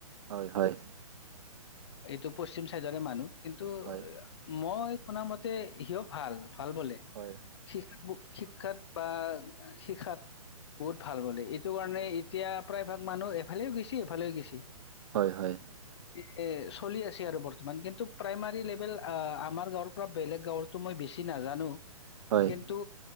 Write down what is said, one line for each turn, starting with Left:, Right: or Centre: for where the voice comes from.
Right: হয়, হয়।
Left: এইটো পশ্চিম চাইডৰে মানুহ। কিন্তু
Right: হয়
Left: মই শুনা মতে সি ভাল ভাল বোলে।
Right: হয়।
Left: <unintelligible> শিক্ষাত বা শিকখাত বহুত ভাল বলে এইটো কাৰণে এতিয়া প্ৰায় ভাগ মানুহ এফালেও গৈছে এফালেও গৈছে
Right: হয়, হয়।
Left: <unintelligible> চলি আছে আৰু বৰ্তমান কিন্তু প্ৰাইমাৰী লেভেল আমাৰ গাঁৱৰ পৰা বেলেগ গাঁৱতো মই বেছি নাজানো।
Right: হয়
Left: কিন্তু